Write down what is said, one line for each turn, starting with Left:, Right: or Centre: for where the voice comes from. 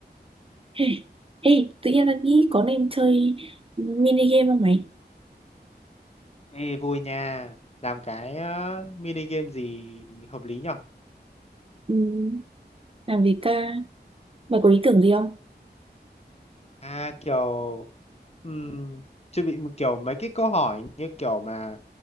Right: Ê, ê, tự nhiên là nghĩ có nên chơi mini game không mày
Left: Ê, vui nha. Làm cái ờ, mini game gì hợp lý nhở?
Right: Ừm, làm gì ta mày có ý tưởng gì không
Left: À kiểu um, chuẩn bị một kiểu mấy cái câu hỏi như kiểu mà